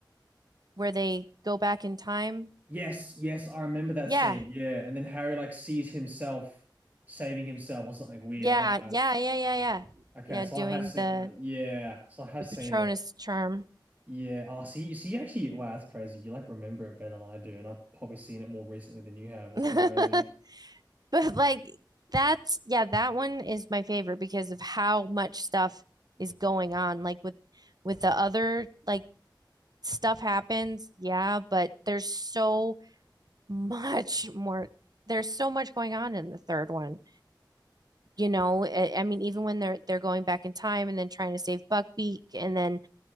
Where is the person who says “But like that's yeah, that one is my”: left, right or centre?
Right